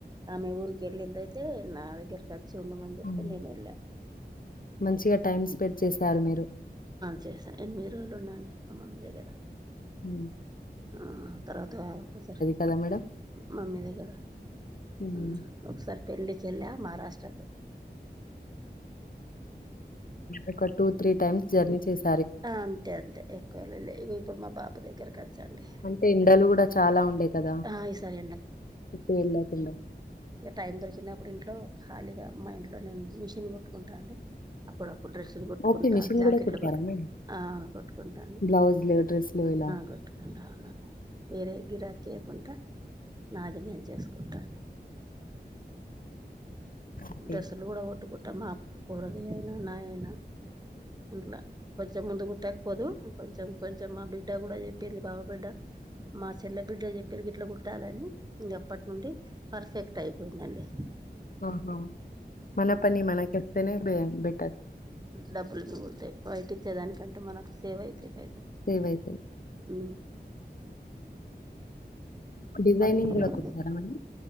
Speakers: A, on the right; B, on the left.
A: ఆమె ఊరి కెళ్ళిందైతే నా దగ్గరకి వచ్చి ఉండమని చెప్తే
B: హ్మ్.
A: నేను వెళ్ళా
B: మంచిగా టైమ్ స్పెండ్ చేశారు మీరు
A: చేసాను ఎనిమిది రోజులు ఉన్నాండి మా మమ్మీ దగ్గర
B: ఉ
A: ఆ తర్వాత ఒక్క సారీ
B: కదా మేడం
A: మమ్మీ దగ్గర
B: హ్మ్.
A: ఊ ఒకసారి పెళ్ళికి కెళ్ళా మహారాష్ట్రకు ఆ
B: ఒక టూ త్రీ టైమ్స్ జర్నీ చేస్
A: ఆ అంతే అంతే ఎక్కువఎల్లలే ఇగ ఇప్పుడు మా బాబు దగ్గరకి వచ్చండి
B: అంటే ఎండలు కూడా చాలా ఉండే కదా
A: ఆ ఈసారి
B: ఎటు ఎల్లకుండా
A: ఇగ టైం దొరికినప్పుడు ఇంట్లో ఖాళీగా మా ఇంట్లో నేను మిషన్ కొట్టుకుంటాను అండి అప్పుడు అప్పుడు డ్రెస్ లు కొట్టుకుంటా
B: ఓకే మిషన్
A: జాకెట్లు
B: కూడా కుడతారా
A: కొట్
B: మేడం
A: ఆ కొట్టుకుంటా అండి
B: బ్లౌజ్లు డ్రెస్లు ఇలా
A: కొట్ కుటుకుంటా ఉనండి వేరే గిరాక్కేయకుండా నాది నేను చేసుకుంటాండి
B: ఓకే.
A: డ్రెస్సులు కూడా కుట్టుకుంటా మా కూడలి అయినా నా అయినా ట్లా కొంచెం ముందు కుట్టకపోదు కొంచెం కొంచెం మా బిడ్ డ్డ కూడా చెప్పింది బావ బిడ్డ మా చెల్లె బిడ్డ చెప్పిరు గిట్లా కుట్టాలని అప్పటి నుండి పర్ఫెక్ట్ అయిపోయిందండి
B: ఆహా మన పని మనకి చెప్తేనే బే బెటర్
A: డబ్బులు మీగులుతాయ్ బయటిచ్చే దానికంటే మనకు సేవ్ అయితాయ్ పైసలు
B: సేవైతయ్
A: హూ
B: డిజైనింగ్
A: మరి మీరేం
B: కూడా కుడతారా మరి